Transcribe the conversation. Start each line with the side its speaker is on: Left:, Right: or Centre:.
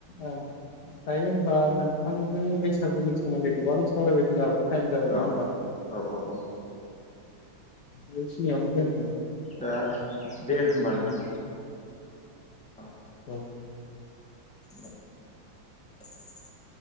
Left: औ दायो बा नोंथांजों बैसागुनि सोमोन्दै गोबां सावरायबाय जों टाइम जाबाय नङा
Centre: औ
Left: होमबा?
Centre: औ औ औ
Left: बेखिनिआवनो दोन
Centre: दा दे होमबा नोंथां। औ।
Left: औ।
Centre: <inaudible>